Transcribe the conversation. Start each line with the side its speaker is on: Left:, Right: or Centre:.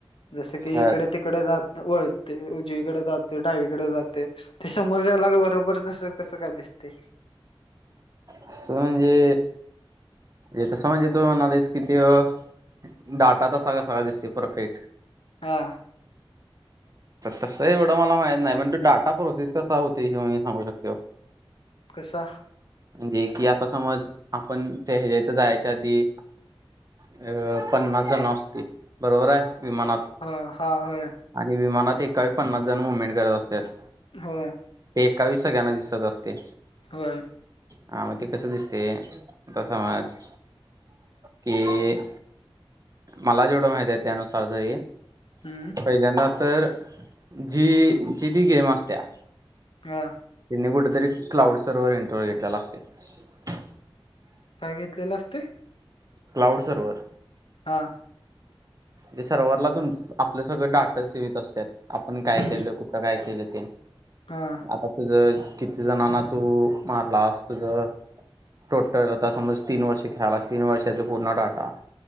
Left: जस की
Right: हा
Left: इकडे तिकडे जात वळते उजवीकडे जात- डावीकडे जाते ते समोरच्याला बरोबर तसंच कस काय दिसते?
Right: कस म्हणजे? हे तसं म्हणजे तू म्हणालायस की त्यो डाटा तसा कसा दिसतो परफेक्ट?
Left: हा.
Right: तस एवढं मला माहित नाही पण तू डाटा प्रोसेस कसा होतोय हे -
Left: कसा
Right: म्हणजे की आता समज आपण- त्या ह्याच्या इथं जायच्या आधी अ पन्नास जणं असती बरोबर आहे? विमानात
Left: ह हा होय
Right: आणि विमानात एकावेळी पन्नास जणं मूव्हमेंट करत असत्यात-
Left: होय.
Right: एकावेळी सगळ्यांना दिसत असते-
Left: होय,
Right: हा मग ते कसं दिसतय आता समज की- मला जेवढं माहिती आहे त्यानुसार तरी-
Left: हम्म
Right: पहिल्यांदा तर जी जी ती गेम असत्या-
Left: हा,
Right: त्यांनी कुठेतरी क्लाउड सर्व्हर इंटरव्ह्यू घेतलेला असतोय,
Left: काय घेतलेलं असतय?
Right: Cloud server.
Left: हा,
Right: जे सर्वरला तुम आपलं सगळं डाट सेव होईत असत्यात आपण काय
Left: हम्म
Right: केलं कुठं काय केलं ते-
Left: हा
Right: आता तुझ किती जणांना तू मारलास तुझं- टोटल आता समज तीन वर्ष खेळालास तीन वर्षाचा पूर्ण डाटा-